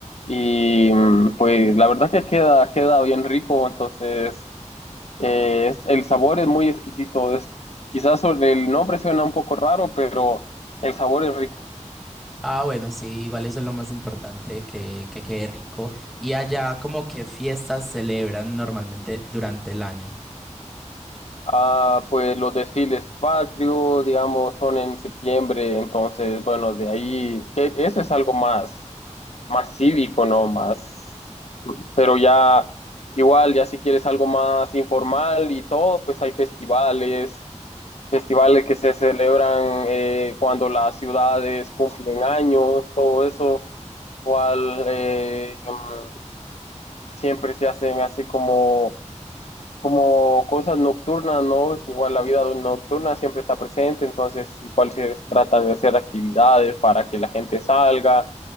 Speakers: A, on the left; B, in the centre.
A: y mm, pues la verdad que queda, queda bien rico, entonces eh, es- el sabor es muy exquisito, es, quizás sobre el nombre suena un poco raro, pero el sabor es rico.
B: Ah, bueno, sí, igual eso es lo más importante, que, que quede rico. Y allá, como que fiestas celebran normalmente durante el año.
A: Ah, pues los desfiles patrios, digamos, son en septiembre, entonces, bueno, de ahí, que eso es algo más, más cívico, ¿no? Más, pero ya, igual, ya si quieres algo más informal y todo, pues hay festivales, festivales que se celebran eh, cuando las ciudades cumplen años, todo eso, cual eh, mm, siempre se hacen así como como cosas nocturnas, ¿no? Que Igual la vida nocturna siempre está presente, entonces igual se tratan de hacer actividades para que la gente salga